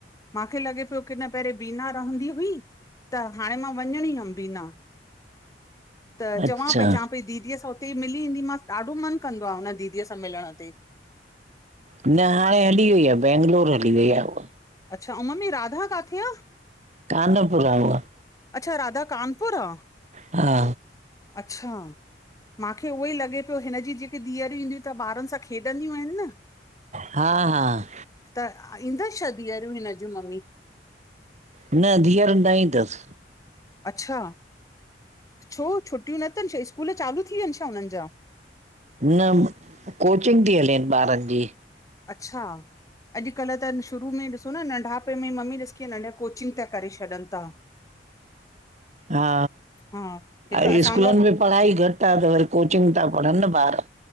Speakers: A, on the left (about 20°); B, on the right (about 40°).
A: मांखे लॻे पियो की न पहिरीं बीना रहंदी हुई त हाणे मां वञणी हुयमि। बीना त चवां
B: अच्छा
A: पई चव पई दीदीअ सां हुते ई मिली ईेंदीमसि ॾाढो मन कंदो आहे हुन दीदीअ सां मिलण ते।
B: न हाणे हली वई आहे बैंगलोर हली वेई आहे उहा
A: अच्छा ऐं मम्मी राधा काथे आ?
B: कानपुर हा उहा।
A: अच्छा राधा कानपुर आहे।
B: हा।
A: अच्छा मांखे उहोई लॻे पियो हिनजी जेकी धीअर ईंदियूं त ॿारनि सां खेॾंदियूं आहिनि न।
B: हा हा
A: त ईंदसि छ धीअरूं हिन जूं मम्मी?
B: न धीअर न ईंदस।
A: अच्छा छो छुटियूं न अथनि छा स्कूल चालू थी वियानि छा हुननि जा?
B: न कोचिंग थी हले ॿारनि जी।
A: अच्छा अॼुकल् त शुरू में ॾिसो न नंढापे में मम्मी ॾिस नंढा कोचिंग था करे छॾन था।
B: हा
A: हा हिकु
B: अ
A: असांजा
B: स्कूलनि में पढ़ाई घटि आहे त वरी कोचिंग था पढ़नि न ॿार।